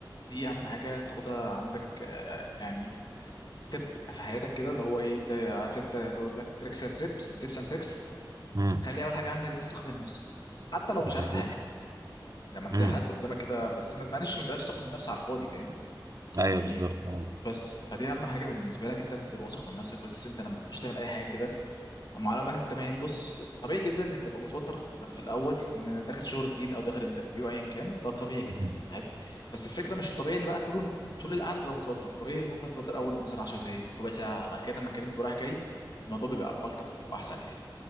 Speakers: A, on the left; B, on the right.
A: دي اهم حاجه تاخدها عندك آه يعني تبقى في حياتك كده اللي هو ايه ده عارف انت بيقول لك تريكس تريبس تيبس اند تريكس
B: امم
A: خلي اول حاجه عندك دي ثقه بالنفس حتى لو
B: بالظبط
A: مش عارف الحاجه لما تلاقي
B: امم
A: حد قدامك كده بس ما معلش ما تبقاش ثقه من نفسك على الفاضي فاهم
B: ايوه
A: يعني
B: بالظبط فاهم قصدي.
A: بس فدي اهم حاجه بالنسبه لك انت لازم تبقى واثق من نفسك بس انت لما تخش تعمل اي حاجه كده معلومات التمارين بص طبيعي جدا انك تبقى متوتر في الاول ان داخل شغل جديد او داخل انترفيو ايا كان ده طبيعي جدا
B: مم.
A: حلو بس الفكره مش الطبيعي ان بقى طول طول القعده تبقى متوتر طبيعي ان انت تتوتر اول مثلا 10 دقائق ربع ساعه بعد كده لما الكلام بيبقى رايح جاي الموضوع بيبقى الطف واحسن يعني